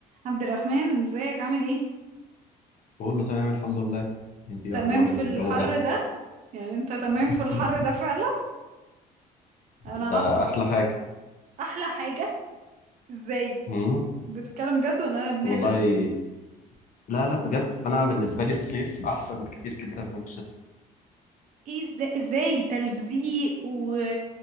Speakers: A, on the right (about 45°); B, on the left (about 50°).
A: عبد الرحمن ازيك عامل ايه
B: بقول له تمام الحمد لله انت ايه
A: تمام
B: اخبارك
A: في
B: في
A: الحر
B: الجو ده
A: ده يعني انت تمام
B: <laughs>
A: في الحر ده فعلا انا
B: ده
A: هفطس
B: احلى حاجه
A: احلى حاجة ازاي
B: مم.
A: بتتكلم جد ولا انا بنقلش
B: والله لا لا بجد انا بالنسبه لي الصيف احسن بكتير جدا من الشتاء
A: ايه ازاي, ازاي تلزيق و...